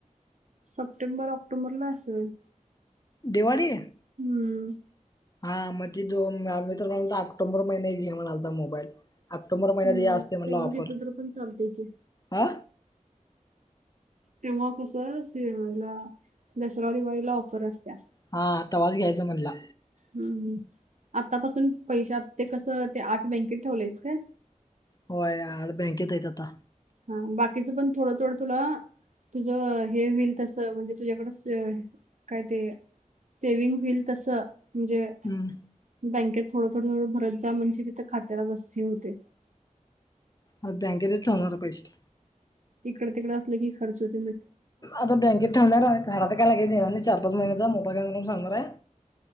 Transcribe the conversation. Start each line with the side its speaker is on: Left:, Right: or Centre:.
Right: सप्टेंबर ऑक्टोबरला असेल.
Left: दिवाळी.
Right: हम्म
Left: हा मग ती दोन मित्र म्हणाला ऑक्टोबर महिने घेऊ म्हणालता मोबाईल. ऑक्टोबर महिन्यात
Right: हम्म
Left: हे असते म्हणला
Right: तेव्हा
Left: ऑफर
Right: घेतलं तर पण चालतय की
Left: ह
Right: तेव्हा कस म्हणलं दसरा दिवाळीला ऑफर असत्या.
Left: हा तवाच घ्यायचा म्हटला.
Right: हम्म. आतापासून पैश ते कसं ते आठ बँकेत ठेवलंयस काय.
Left: होय <unintelligible> बँकेत आहेत आता.
Right: हा बाकीचं पण थोडं थोडं तुला. तुझं हे होईल तसं म्हणजे तुझ्याकडं स काय ते? सेविंग होईल तसं, म्हणजे
Left: हम्म
Right: बँकेत थोडं थोडं थोडं भरत जा म्हणजे तिथं खात्याला बस्ती होते.
Left: मग बँकेतच ठेवणार आहे पैसे.
Right: इकडं तिकडं असलं की खर्च होत
Left: आता बँकेत ठेवणार काय का देणार चार पाच महिन्याचा मोठा मोबाईल घेणार आहे म्हणून सांगणार आहे.